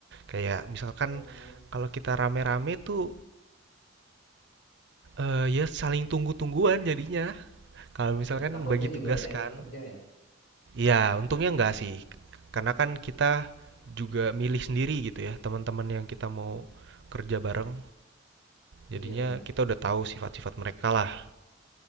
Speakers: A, on the right; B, on the left.
A: Kayak misalkan
B: Oh,
A: kalau kita rame-rame tuh eh, ya saling tunggu-tungguan jadinya Kalau misalkan
B: iya takutnya
A: bagi
B: juga
A: tugas
B: ada yang
A: kan,
B: nggak kerja ya.
A: ya untungnya enggak sih, karena kan kita juga milih sendiri gitu ya, teman-teman yang kita mau kerja bareng.
B: Iya
A: Jadinya
B: benar.
A: kita
B: <laughs>
A: udah tahu sifat-sifat mereka lah.